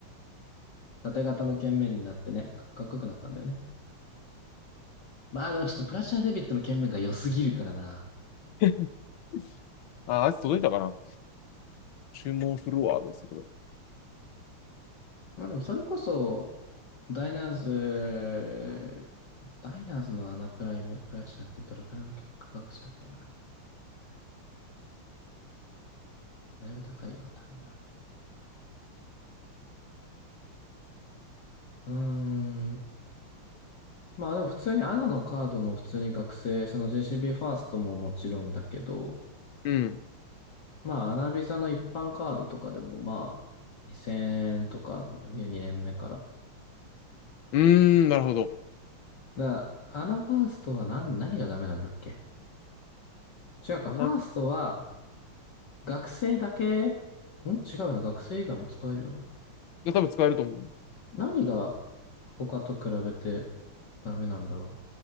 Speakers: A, on the left; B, on the left.
A: 縦型の剣面になってね、かかっこよくなったんだよね。まあでもちょっとプラチナデビットの剣面が良すぎるからな。
B: <laughs> あ、あいつ届いたかな注文するわ、ですけど。
A: まあでもそれこそ、ダイナーズ、ダイナーズのアナプライム、プラチナってどれくらいの価格したっけな、あれ。だいぶ高いよな、多分な。うーん、まあでも普通にアナのカードの普通に学生、その JCB ファーストももちろんだけど、
B: うん。
A: まあアナビザの一般カードとかでもまあ2000円とか2年目から。
B: うーん、なるほど。
A: だからアナファーストは何、何がダメなんだっけ違うか、
B: 7
A: ファーストは学生だけ、ん違うな、学生以外も使えるよな。
B: じゃ多分使えると思う。
A: 何が他と比べてダメなんだろ